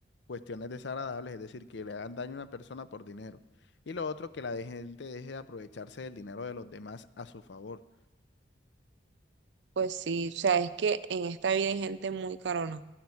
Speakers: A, on the left (about 60°); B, on the right (about 65°).
A: cuestiones desagradables, es decir, que le hagan daño a una persona por dinero. Y lo otro, que la de- gente deje de aprovecharse del dinero de los demás a su favor.
B: Pues sí, o sea, es que en esta vida hay gente muy carona.